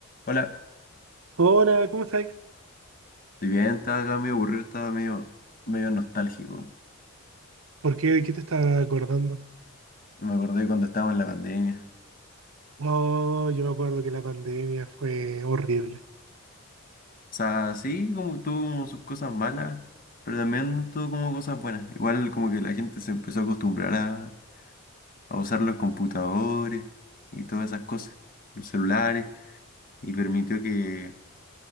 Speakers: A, on the left; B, on the right.
A: Hola,
B: Hola, ¿cómo estás?
A: estoy bien, estaba acá medio aburrido, estaba medio, medio nostálgico.
B: ¿Por qué? ¿De qué te estaba acordando?
A: Me acordé cuando estábamos en la pandemia.
B: Oh, yo me acuerdo que la pandemia fue horrible.
A: O sea, sí, como tuvo como sus cosas malas, pero también tuvo como cosas buenas. Igual como que la gente se empezó a acostumbrar a, a usar los computadores y todas esas cosas, los celulares, y permitió que